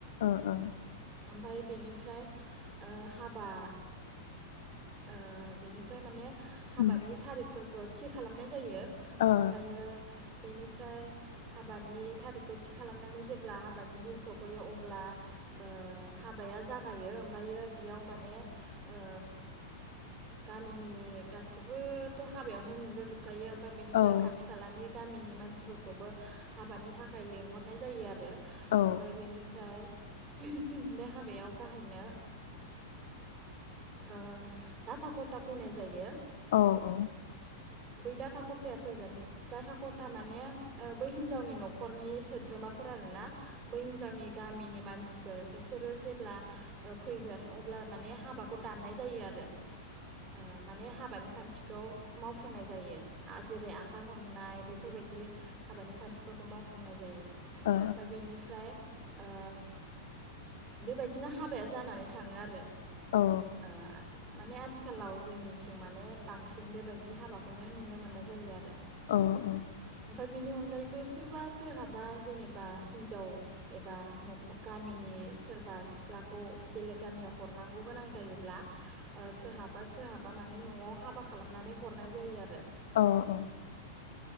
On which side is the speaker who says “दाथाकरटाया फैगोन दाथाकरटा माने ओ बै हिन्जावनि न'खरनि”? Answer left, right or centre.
Right